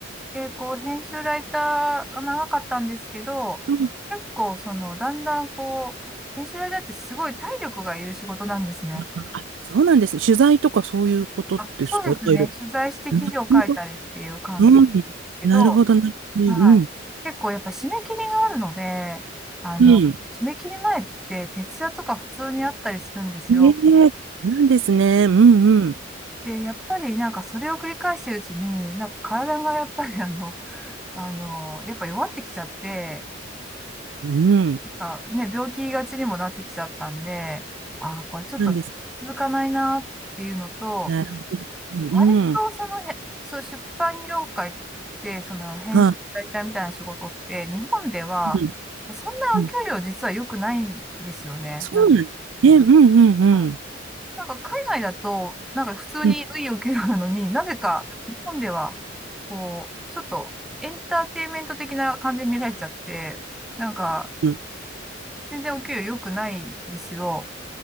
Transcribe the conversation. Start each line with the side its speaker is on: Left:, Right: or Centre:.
Centre: で、こう編集ライターが長かったんですけど、
Right: うん。
Centre: 結構そのだんだんこう、編集ライターってすごい体力がいる仕事なんですね。
Right: あそうなんですね。取材とかそういうことですか、
Centre: あ、そうですね。
Right: 体力。
Centre: 取材して記事を書いたりっていう感じなんですけど、
Right: なるほど。うん。なるほど、なるほど。
Centre: はい。
Right: うん。
Centre: 結構やっぱ締め切りがあるので、あの、
Right: うん。
Centre: 締め切り前って徹夜とか普通にあったりするんですよ。
Right: ええ、そうなんですね。うんうん。
Centre: で、やっぱりなんかそれを繰り返してるうちに、なんか体がやっぱりあの、あの、やっぱ弱ってきちゃって、
Right: うん。
Centre: なんかね、病気がちにもなってきちゃったんで、ああ、これちょっと続かないなっていうのと、
Right: なんです。なるほど。うん。
Centre: 割とそのへ、そう、出版業界って、その編集ライターみたいな仕事って、
Right: は
Centre: 日本では、
Right: い。うん。
Centre: そんなお給料実は良くないんですよね。
Right: うん。そうなんですね。
Centre: なぜ
Right: うんうんうん。
Centre: か、あなんか海外だと、なんか普通にいいお給料なのに、
Right: うん
Centre: なぜか日本では、こう、ちょっとエンターテインメント的な感じに見られちゃって、なんか、
Right: うん。
Centre: 全然お給料良くないんですよ。